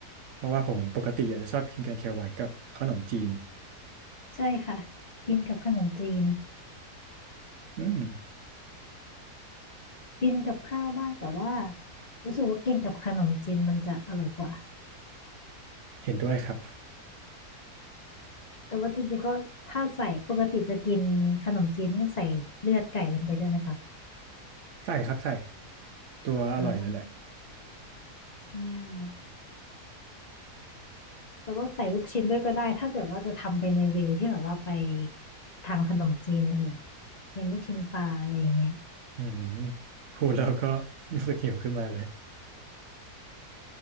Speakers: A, on the right; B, on the left.
A: เพราะว่าผมปกติอาจจะชอบกินแกงเขียวหวานกับขนมจีน
B: ใช่ค่ะ กินกับขนมจีน
A: อืม
B: กินกับข้าวบ้างแต่ว่ารู้สึกว่ากินกับขนมจีนมันจะอร่อยกว่า
A: เห็นด้วยครับ
B: แต่ว่าจริงๆก็ถ้าใส่ปกติจะกินขนมจีนนี่ใส่เลือดไก่ลงไปด้วยไหมคะ
A: ใส่ครับใส่ตัวอร่อยเลยแหละ
B: อ่าใช่ แต่ว่าใส่ลูกชิ้นด้วยก็ได้ ถ้าเกิดว่าจะทำไปในเวที่แบบว่าไปทางขนมจีนเลยเป็นลูกชิ้นปลาอะไรอย่างเงี้ย
A: อืมพูดแล้วก็ <laughs> รู้สึกหิวขึ้นมาเลย